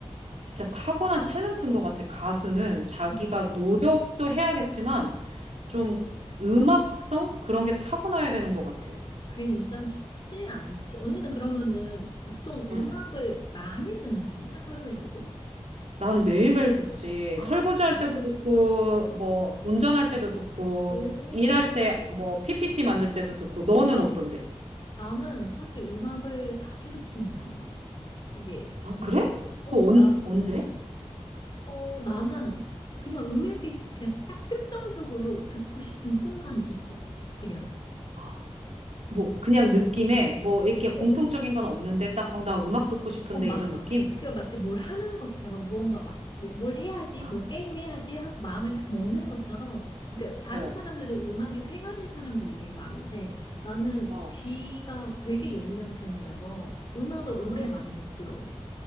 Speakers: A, on the right; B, on the left.
A: 진짜 타고난 탤런트인 것 같아. 가수는 자기가
B: 아,
A: 노력도
B: 맞아.
A: 해야겠지만 좀 음악성 그런 게 타고나야 되는 것 같아.
B: 그게 진짜 쉽지 않지. 언니는 그러면은 보통 음악을
A: 응.
B: 많이 듣는 편이야? 하루에서도?
A: 나는 매일매일 듣지.
B: 아,
A: 설거지할
B: 진짜?
A: 때도 듣고, 뭐 운전할 때도 듣고,
B: 오.
A: 일할 때 뭐 PPT 만들 때도 듣고. 너는 어떤데?
B: 나는 사실 음악을 자주 듣지는 않아. 이게
A: 아,
B: 내가
A: 그래?
B: 어,
A: 그거 언,
B: 나,
A: 언제?
B: 어, 나는 그냥 음악이 그냥 딱 특정적으로 듣고 싶은 순간이 있어. 그냥.
A: 아, 뭐 그냥 느낌에 뭐 이렇게
B: 어,
A: 공통적인 건 없는데 딱, 어, 나 음악 듣고 싶은데
B: 어, 맞아.
A: 이런 느낌?
B: 그게 마치 뭘 하는 것처럼 무언가 막 뭐, 뭘 해야지,
A: 아,
B: 뭐 게임 해야지 하고 마음에 딱 먹는 것처럼. 그러니까 다른
A: 어,
B: 사람들은 음악이 생활인 사람들이 되게 많은데 나는
A: 어.
B: 귀가 되게 예민한 편이라서 음악을
A: 아.
B: 오래 많이 못 들어.